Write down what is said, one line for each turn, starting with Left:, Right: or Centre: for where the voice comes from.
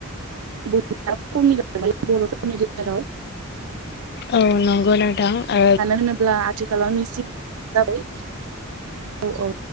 Right: हेल' मानो
Left: औ नंगौ नोंथां ओ
Right: होनोब्ला खाथि खाालनिसिम जाबाय औ औ